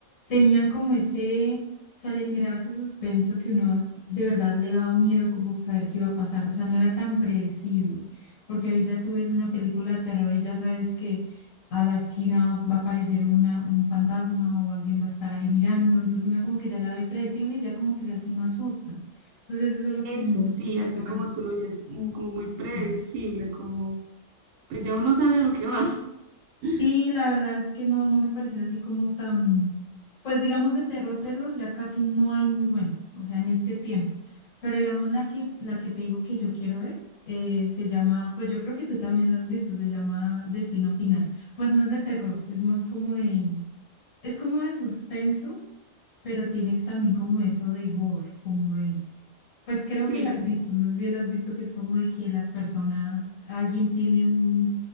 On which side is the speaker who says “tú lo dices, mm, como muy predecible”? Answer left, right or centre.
Right